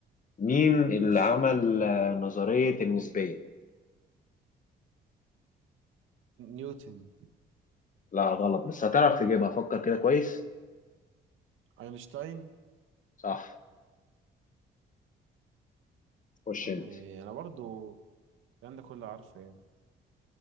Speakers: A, on the left; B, on the right.
A: مين
B: ماشي
A: اللي عمل آه، نظرية النسبية
B: نيوتن
A: لا غلط بس هتعرف تجيبها فكر كده كويس
B: اينشتاين
A: صح خش
B: يا عم
A: انت
B: انا برضو الكلام ده كله عارفه يعني